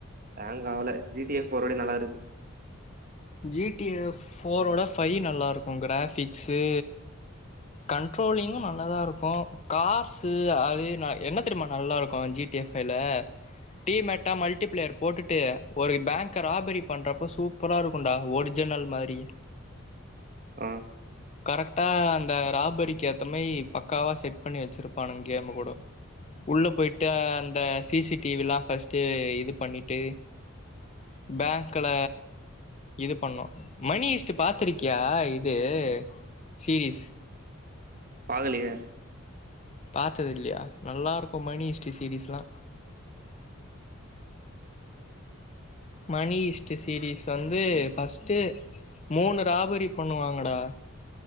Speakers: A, on the right (about 40°); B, on the left (about 30°).
A: ஹேங் ஆகல ஜி டி எஃப் ஒரு அளவுக்கு நல்லா இருக்கு
B: ஜி டி எஃப் ஃபோர் ஓட ஃபைவ் நல்லா இருக்கு கிராபிக்ஸு கண்ட்ரோலிங்கு நல்லதா இருக்கு கார்ஷூ அது என்ன தெரியுமா நல்லா இருக்கு ஜி டி எஃபைல டிமேட்டா மல்டிபிளேயர் போட்டுட்டு ஒரு பேங்க ராபரி பண்றப்ப சூப்பரா இருக்கு இருக்குண்டா ஒரிஜினல் மாரி
A: ஆ
B: கரெக்டா அந்த ராபரிக்கு ஏத்த மாரி பக்காவா செட் பண்ணி வச்சிருப்பானுங்க கேமு கூட உள்ள போயிட்டு அந்த சி சி டிவி எல்லா ஃபஸ்ட் இது பண்ணிட்டு பேங்க்ல இது பண்ணோ மணி ஹிச்ரி பாத்துருக்கியா இது சீரிஸ்
A: பாகலையே
B: பாத்தது இல்லையா நல்லா இருக்கு மணி ஹிச்ரி சீரீஸ்லா மணி ஹிஸ்ரி சீரீஸ் வந்து ஃபஸ்ட்டு மூணு ராபரி பண்ணுவாங்கடா